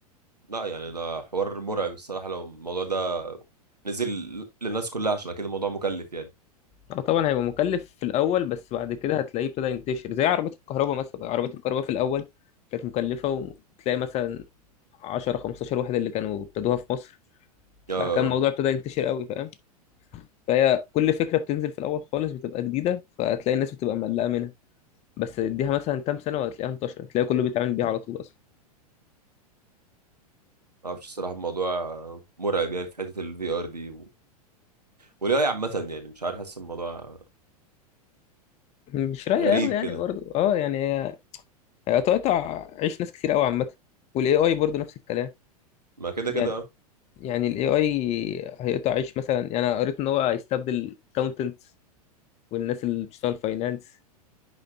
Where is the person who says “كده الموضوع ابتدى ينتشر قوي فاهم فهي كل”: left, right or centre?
Left